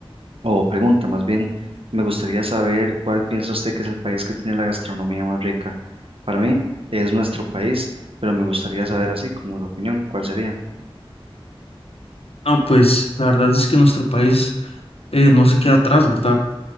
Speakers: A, on the right (about 70°); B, on the left (about 85°).
A: o pregunta más bien, me gustaría saber cuál piensa usted que es el país que tiene la gastronomía más rica. Para mí es nuestro país, pero me gustaría saber así como la opinión, ¿cuál sería?
B: No, pues la verdad es que nuestro país eh, no se queda atrás, ¿verdad?